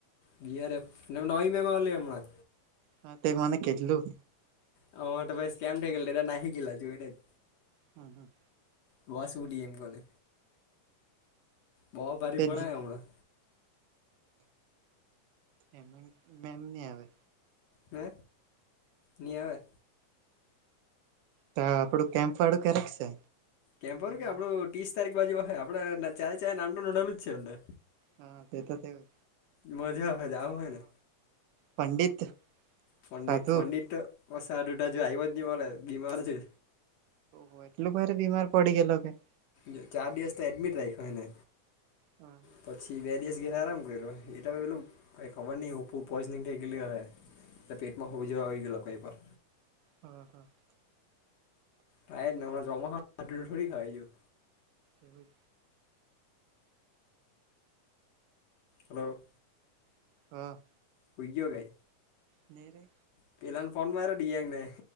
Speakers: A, on the left; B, on the right.
A: બી હાર એફ, એને નવી બે એમાં લ હમણા.
B: હા તે મને કેટલું.
A: હ તો ભાઈ સ્કમ થઈ ગલ એટા નાહી ગેલા જોઈએ ને જ.
B: હમ હમ.
A: બસ ઉટી ડી એમ કોને, બહ ભારે
B: તે
A: પણ હમણાં.
B: એ એમ ન આવે.
A: હ નિ આવે.
B: ત આપડું કેમ્પ વાળું ક્યારેક છે?
A: કેમ બર કે
B: જાણ
A: આપડું ત્રીસ તારીખ બાજુ આપડે ચારે ચારે નામનું નન જ છે એમને.
B: હા તે તો એવય.
A: મજા આવે આવય ને.
B: પંડિત
A: પંડિત
B: સાધુ
A: પંડિત બ આટા જો આવ જ મળે બીમાર છે.
B: ઓ એટલું ભારે બીમાર પડી ગયેલો કે?
A: જો ચાર દિવસ તો એડમિટ રાખ્યો હો ને.
B: હમ.
A: પછી બે દિવસ ગયલા આરામ કર્યો, એટ તો પેલું કંઈ ખબર નહીં હું ફુ પોઈઝનિંગ થઈ ગયું હય. તો પેટમાં હોવું જોવા આવી ગેલો કંઈ પણ.
B: હમ હા.
A: સાાયદને જમા ખાડી ખવાય જો.
B: એમ.
A: હલો.
B: હ.
A: હુઈ ગીયો કે?
B: ની રે.
A: પે એલા ફન મારાડી એંગને